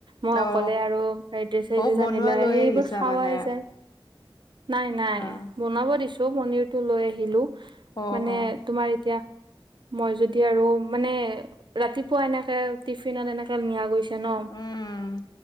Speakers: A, on the right; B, on the left.
A: মই অকলে
B: অ
A: আৰু ফ্ৰাইড ৰাইচ চাইদেচ
B: অ বনোৱা
A: আনিলে,
B: লৈ
A: সেইবোৰ
B: আহিছা
A: খাৱাই
B: মানে
A: যায়। নাই-নাই
B: অ
A: বনাব দিছোঁ, পনিৰটো লৈ আহিলোঁ।
B: অ
A: মানে
B: অ
A: তোমাৰ এতিয়া মই যদি আৰু মানে ৰাতিপুৱা এনেকে টিফিনত এনেকে নিয়া গৈছে ন?
B: উম